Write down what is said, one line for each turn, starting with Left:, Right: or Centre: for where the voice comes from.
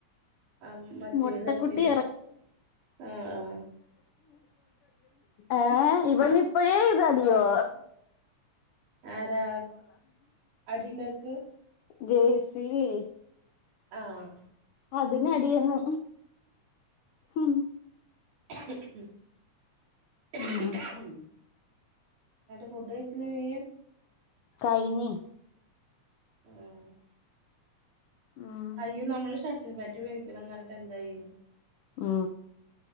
Right: ആ മറ്റേ
Left: മുട്ടക്കുട്ടി
Right: തായിരിക്കല്ലേ ആഹ ആഹ
Left: ആ ഇവൻ ഇപ്പഴേ ഇത് അടിയോ
Right: ആരാ അടിയിണ്ടാക്ക.
Left: ജെയ്സില്
Right: ആഹ
Left: അത് മിയെന്ന്. ഹം
Right: <unintelligible>
Left: ഉം
Right: ഉം എന്നിട്ട് ഫുഡ് കഴിച്ചിലെ നീ.
Left: കഴിഞ്ഞു.
Right: ഉം
Left: ഉം
Right: അയ്യോ നമ്മള് ഷട്ടിൽ ബാറ്റ് മേടിക്കണംന്ന് പറഞ്ഞിട്ട് എന്തായി?.
Left: ആ